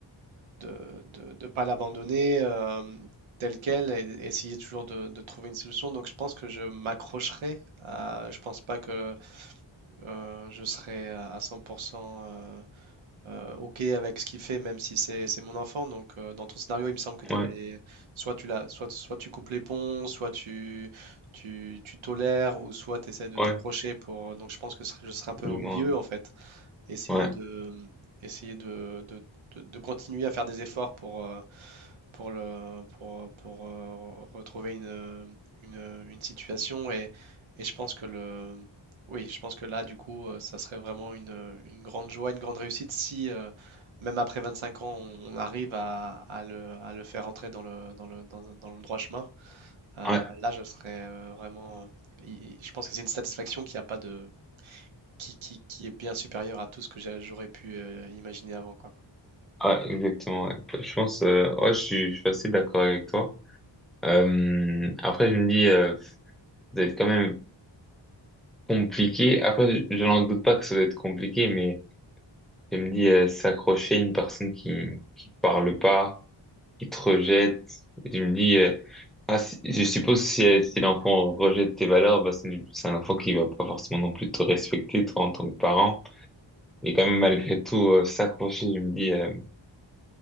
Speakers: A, on the right; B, in the centre.
A: de, de, de pas l'abandonner euh, tel quel et d- essayer toujours de, de trouver une solution. Donc, je pense que je m'accrocherai à, je pense pas que euh, je serai à à 100% euh, OK avec ce qu'il fait, même si c'est c'est mon enfant. Donc, euh, dans ton scénario, il me semble que tu
B: ouais.
A: avais soit tu l'as, soit, soit tu coupes les ponts, soit tu, tu, tu tolères, ou soit tu essaies de
B: Ouais,
A: t'accrocher pour. Donc, je pense que je serais je serais un peu
B: du
A: au
B: moins.
A: milieu en fait essayer
B: Ouais,
A: de, essayer de, de- de- de continuer à faire des efforts pour, euh, pour, le, pour, pour, euh, re- retrouver une, euh, une- une situation. Et, et je pense que le, oui, je pense que là, du coup, euh, ça serait vraiment une, euh, une grande joie, une grande réussite si, euh, même après 25 ans, on, on arrive à, à le, à le faire entrer dans le, dans le, dans, dans le droit chemin. Euh,
B: ouais,
A: là, je serais euh, vraiment. euh, i- i- je pense que c'est une satisfaction qui a pas de, qui, qui, qui est bien supérieur à tout ce que j'a- j'aurais pu euh, imaginer avant, quoi.
B: ouais, ouais, exactement. ouais. Je pense, euh, ouais, je suis, je suis assez d'accord avec toi. Euh, après, je me dis, euh, ça va être quand même compliqué. Après, je je n'en doute pas que ça va être compliqué, mais je me dis, euh, s'accrocher à une personne qui qui te parle pas, qui te rejette. Je me dis, euh, ah, si- je suppose si, euh, si l'enfant rejette tes valeurs, bah, c'est c'est un enfant qui va pas forcément non plus te respecter, toi, en tant que parent. Mais quand même, malgré tout, euh, s'accrocher, je me dis. euh,